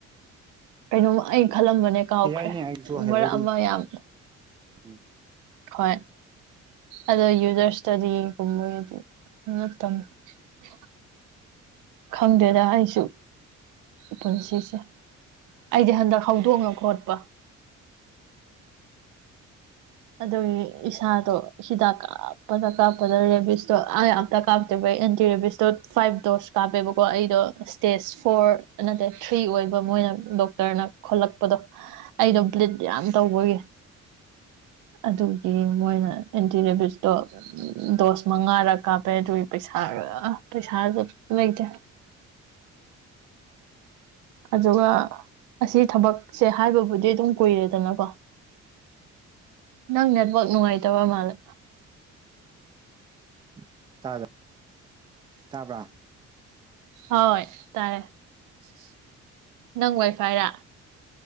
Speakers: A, on the right; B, on the right.
A: ꯀꯩꯅꯣꯝꯃ ꯑꯩ ꯈꯜꯂꯝꯕꯅꯦ ꯀꯥꯎꯈ꯭ꯔꯦ
B: ꯑꯦ ꯑꯥꯏꯅꯦ ꯑꯩꯁꯨ ꯍꯩꯔꯗꯤ
A: ꯃꯔꯛ ꯑꯃ ꯌꯥꯝ
B: ꯎꯝ꯫
A: ꯍꯣꯏ꯫ ꯑꯗꯣ ꯌꯨꯖꯔꯁ꯭ꯇꯗꯤ ꯒꯨꯝꯕꯗꯗꯤ <unintelligible> ꯈꯪꯗꯦꯗ ꯑꯩꯁꯨ ꯄꯨꯟꯁꯤꯁꯦ꯫ ꯑꯩꯗꯤ ꯍꯟꯗꯛ ꯍꯧꯗꯣꯡꯅ ꯈꯣꯠꯄ ꯑꯗꯨꯒꯤ ꯏꯁꯥꯗꯣ ꯍꯤꯗꯥꯛ ꯀꯥꯞꯄꯗ ꯀꯥꯞꯄꯗ ꯔꯦꯕꯤꯁꯇꯣ ꯑꯩ ꯑꯝꯇ ꯀꯥꯞꯇꯔꯤꯕꯩ ꯑꯦꯟꯇꯤ ꯔꯦꯕꯤꯁꯇꯣ ꯐꯥꯏꯚ ꯗꯣꯁ ꯀꯥꯞꯄꯦꯕꯀꯣ ꯑꯩꯗꯣ ꯏꯁꯇꯦꯖ ꯐꯣꯔ ꯅꯠꯇꯦ ꯊ꯭ꯔꯤ ꯑꯣꯏꯕ ꯃꯣꯏ <unintelligible> <unintelligible> ꯈꯣꯠꯂꯛꯄꯗꯣ ꯑꯩꯗꯣ ꯕ꯭ꯂꯤꯠ ꯌꯥꯝ ꯇꯧꯕꯒꯤ ꯑꯗꯨꯒꯤ ꯃꯣꯏꯅ ꯑꯦꯟꯇꯤ ꯔꯦꯕꯤꯁꯇꯣ <unintelligible> ꯗꯣꯁ ꯃꯉꯥꯔꯛ ꯀꯥꯞꯄꯦ ꯑꯗꯨꯏ ꯄꯩꯁꯥ ꯔꯥ ꯑ ꯄꯩꯁꯥꯗꯣ ꯂꯩꯇꯦ꯫ ꯑꯗꯨꯒ ꯑꯁꯤ ꯊꯕꯛꯁꯦ ꯍꯥꯏꯕꯕꯨꯗꯤ ꯑꯗꯨꯝ ꯀꯨꯏꯔꯦꯗꯅꯀꯣ ꯅꯪ ꯅꯦꯠꯋꯥꯛ ꯅꯨꯡꯉꯥꯏꯇꯕ ꯃꯥꯂꯦ꯫
B: <unintelligible> ꯇꯥꯕ꯭ꯔꯥ
A: ꯍꯣꯏ ꯇꯥꯔꯦ꯫ <unintelligible> ꯅꯪ ꯋꯥꯏꯐꯥꯏꯔꯥ꯫